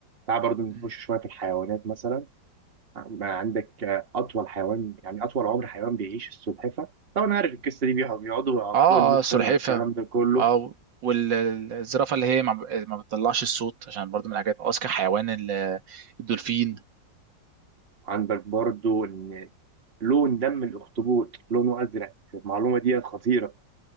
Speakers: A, on the right; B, on the right.
A: تعال برضه نخش
B: ايوه
A: شوية في الحيوانات مثلا ما عندك آه، أطول حيوان يعني أطول عمر حيوان بيعيش السلحفة طبعا عارف القصة دي بيقعد- بيقعدوا
B: اه
A: فوق ال 100
B: اه سلحفة
A: سنة والكلام ده كله
B: اه والزرافة اللي هي ما ب- ما بتطلعش الصوت عشان برضو من الحاجات آه، اذكى حيوان ال- الدولفين
A: عندك برضه إن لون دم الأخطبوط لونه أزرق المعلومة دي خطيرة